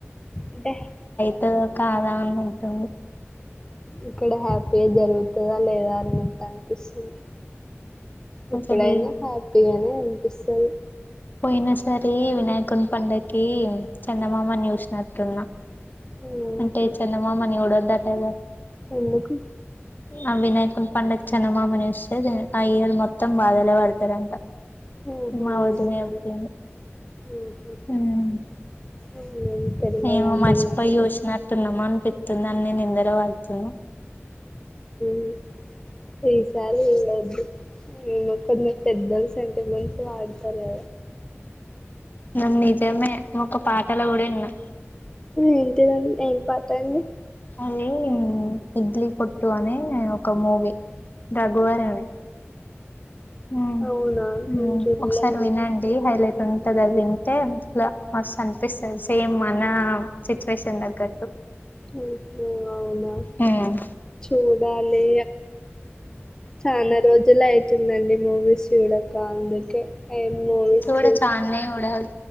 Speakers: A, on the left; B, on the left.
A: అంటే
B: తదో కాదా అని ఉంటుంది
A: ఇక్కడ హ్యాపిగా జరుగుతదా లేదా అన్నట్టనిపిస్తుంది
B: అసలు
A: ఎప్పుడైనా హ్యాపీగానే అనిపిస్తది
B: పోయినా సరి వినాయకుని పండక్కి చందమామను చూసినటున్న
A: ఆహా
B: అంటే చందమామను చుడొద్దటగా
A: ఎందుకు
B: ఆ విినయకుని పండక్ చందమామన్ చుస్ తే అ ఇయర్ మొత్తం బాధలే పడుతారంట
A: ఆహా
B: మా
A: అవునా
B: వదిన చెప్పింది
A: అండి. ఆహా
B: ఉమ్
A: అవునండి, తెలియదండి
B: ఏమో మర్చిపోయి
A: నాకు
B: చుసినట్టున్నమ్ అనిపితుంది అన్ని నిందలు పడున్నాయ్
A: మ్ ఈసారి ఇగ వద్దు ఏమో కొందరు పెద్దోళ్ళు సెంటిమెన్స్ వాడుతారు కదా
B: నమ్ నిజమే ఒక పాటాల కూడా విన్నా
A: ఏంటిదన్ ఏం పటండి
B: అది ఇడ్లీ కొట్టు అనే నేను ఒక మూవీ రఘువరమే మ్
A: అవునా నేను
B: మ్
A: చూడలేదండి
B: ఒకసారి వినండి హైలైట్ ఉంటంది అది వి అేలా మస్తు అనిపిస్తది సేమ్ మన సిచ్యువేషన్ తగ్గట్టు
A: మ్ హు అవునా
B: ఉమ్
A: చూడాలి చాలా రోజులు అవుతుందండి మూవీస్ చూడక అందుకే ఏం మూవీస్ చూస్త
B: కుడ చాన్నే చుడాలి